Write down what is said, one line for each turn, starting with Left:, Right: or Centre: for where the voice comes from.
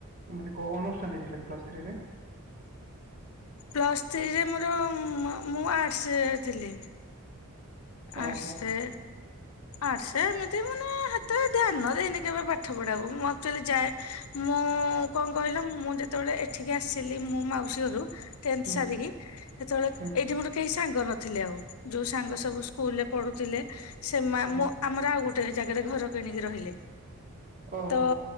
Right: ମାନେ କୋଉ ଓନର୍ସ ଟା ନେଇଥିଲେ ପ୍ଲସ୍ ଥ୍ରୀରେ?
Left: ପ୍ଲସ୍ ଥ୍ରୀରେ ମୋର ମଁ ମୁଁ ଆର୍ଟସରେ ଥିଲି।
Right: ଓହୋ
Left: ଆର୍ଟସ ରେ ଆସେ ଏମିତି ମାନେ ହେତେଳେ ଧ୍ୟାନ ଦେଇନି କେବେ ପାଠ ପଢାକୁ ମୁଁ ଆକ୍ଚୁଆଲି ଯାଏ ମୁଁ କଣ କହିଲ ମୁଁ ଯେତେବେଳେ ଏଠିକି ଆସିଲି ମୁଁ ମାଉସୀ ଘରୁ ଟେନ୍ଥ୍
Right: ହୁଁ
Left: ସାରିକି ସେତେବେଳେ
Right: ହୁଁ
Left: ଏଇଠି ମୋର କେହି ସାଙ୍ଗ ନଥିଲେ ଆଉ ଯୋଉ ସାଙ୍ଗ ସବୁ ସ୍କୁ ସ୍କୁଲରେ ପଢୁଥିଲେ ସେ ଆମ
Right: ଓ
Left: ଆମର ଆଉ ଗୋଟେ ଜାଗାରେ ଘର କିଣିକି ରହିଲେ।
Right: ଓହୋ
Left: ତ